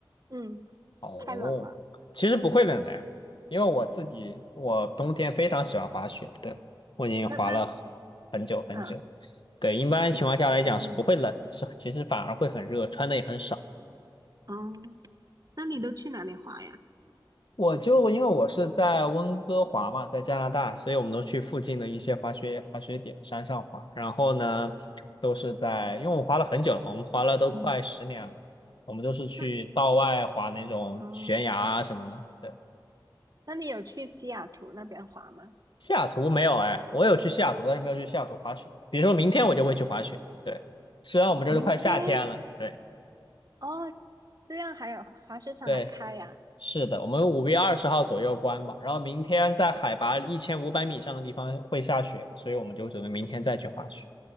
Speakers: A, on the right; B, on the left.
A: 嗯，
B: 哦，
A: 太冷了。
B: 其实不会冷的呀，因为我自己我冬天非常喜欢滑雪，对，我已经滑了很
A: 那那
B: 很久很久。
A: 呃，
B: 对，一般情况下来讲是不会冷的，
A: 你嗯
B: 是其实反而会很热，穿的也很少。
A: 哦，那你都去哪里滑呀？
B: 我就因为我是在温哥华嘛，在加拿大，所以我们都去附近的一些滑雪滑雪点山上滑。然后呢，都是在，因为我滑了很久了嘛，我们滑了都快十年了，
A: 嗯，
B: 我们都是去道外滑那种悬崖啊什么的。
A: 那哦，
B: 对。
A: 那你有去西雅图那边滑吗？
B: 西雅图没有哎，我有去西雅图，但是没有去西雅图滑雪。比如说明天我就会去滑雪。对，虽然我们这都快夏天了，
A: 明天
B: 对
A: 哦，这样还有滑雪场还开呀？
B: 对，是的，我们五月二十号左右关吧，然后明天在海拔一千五百米以上的地方会下雪，所以我们就准备明天再去滑雪，